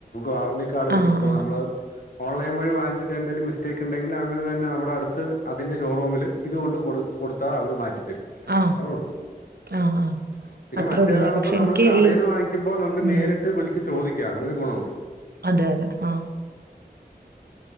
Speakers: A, on the left; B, on the right.
A: വാറന്റി കാർഡ് കിട്ടും
B: ആ
A: ഇപ്പോ
B: ആ
A: നമ്മള് ഓൺലൈൻ വഴി വാങ്ങിച്ചിട്ട് എന്തങ്കിലും മിസ്റ്റേക്ക് ഉണ്ടെങ്കിൽ അങ്ങനെ തന്നെ നമ്മുടെ അടുത്ത് അതിന്റെ ഷോറൂമിൽ ഇത് കൊണ്ട് കൊടു കൊടുത്താൽ അവർ മാറ്റും തരും
B: ആ
A: അത്രേ ഉള്ളൂ
B: ആ ആ
A: പിന്നെ
B: അത്രേ
A: മറ്റേതകുമ്പോ
B: ഉള്ളൂല്ലേ പക്ഷെ
A: നമ്മൾ
B: എനിക്ക്
A: കടയിന്ന്
B: ഈ
A: വാങ്ങിക്കുമ്പോൾ നമുക്ക്
B: ഉം
A: നേരിട്ട് വിളിച്ച് ചോദിക്കാം അങ്ങനെ ഒരു ഗുണമുണ്ട്
B: അതെ അതെ ആഹ്